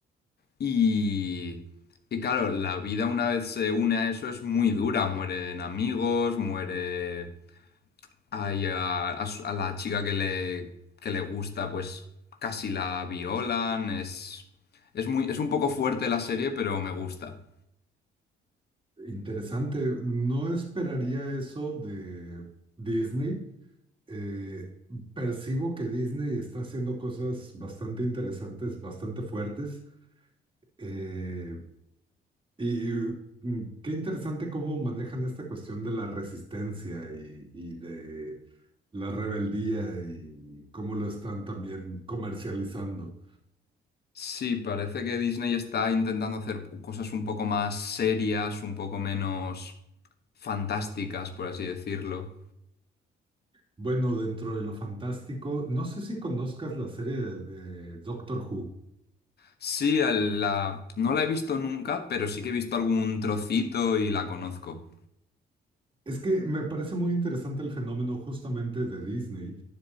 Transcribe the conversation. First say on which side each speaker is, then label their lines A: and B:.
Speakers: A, on the left (about 55°); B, on the right (about 25°).
A: Y, y claro, la vida una vez se une a eso es muy dura, mueren amigos, muere Ay, a, a su- a la chica que le, que le gusta, pues casi la violan. Es, es muy, es un poco fuerte la serie, pero me gusta.
B: Interesante, no esperaría eso de Disney. Eh, percibo que Disney está haciendo cosas bastante interesantes, bastante fuertes. Eh, Y, y, mm, qué interesante cómo manejan esta cuestión de la resistencia y, y de la rebeldía y cómo lo están también comercializando.
A: Sí, parece que Disney está intentando hacer cosas un poco más serias, un poco menos fantásticas, por así decirlo.
B: Bueno, dentro de lo fantástico, no sé si conozcas la serie de, de Doctor Who.
A: Sí, el- la, no la he visto nunca, pero sí que he visto algún trocito y la conozco.
B: Es que me parece muy interesante el fenómeno justamente de Disney,